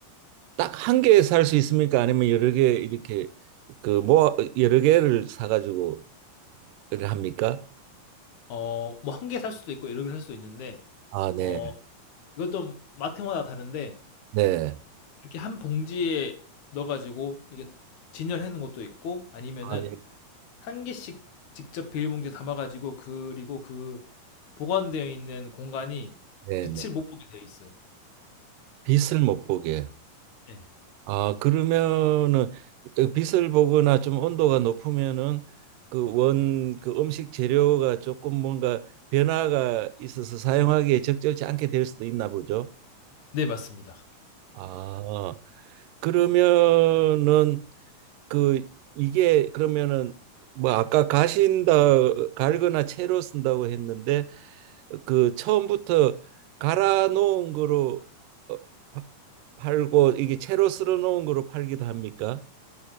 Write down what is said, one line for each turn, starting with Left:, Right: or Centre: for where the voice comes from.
Right: 딱 한 개 살 수 있습니까? 아니면 여러 개 이렇게 그 모아 여러 개를 사가지고 이래 합니까?
Left: 어, 뭐 한 개 살 수도 있고 여러 개 살 수도 있는데
Right: 아, 네.
Left: 어, 이것도 마트마다 다른데
Right: 네.
Left: 이렇게 한 봉지에 넣어 가지고 이게 진열해 놓은 것도 있고 아니면은
Right: 아, 예.
Left: 한 개씩 직접 비닐봉지에 담아 가지고 그리고 그 보관되어 있는 공간이
Right: 네네.
Left: 빛을 못 보게 되어 있어요.
Right: 빛을 못 보게.
Left: 예.
Right: 아, 그러면은 그 빛을 보거나 좀 온도가 높으면은 그 원, 그 음식 재료가 조금 뭔가 변화가 있어서 사용하기에 적절치 않게 될 수도 있나 보죠.
Left: 네 맞습니다.
Right: 아, 그러면은 그 이게 그러면은 뭐 아까 가신다 갈거나 채로 쓴다고 했는데 그 처음부터 갈아 놓은 거로 어, 파- 팔고 이게 채로 썰어 놓은 거로 팔기도 합니까?